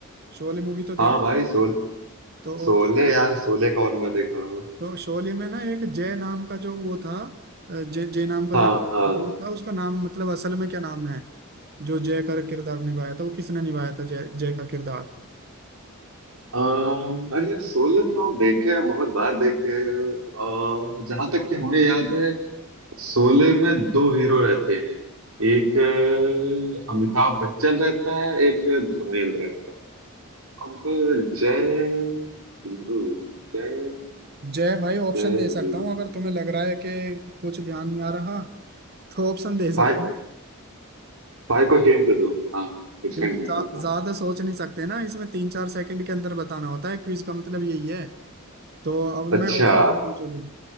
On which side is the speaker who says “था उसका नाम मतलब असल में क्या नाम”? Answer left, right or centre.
Right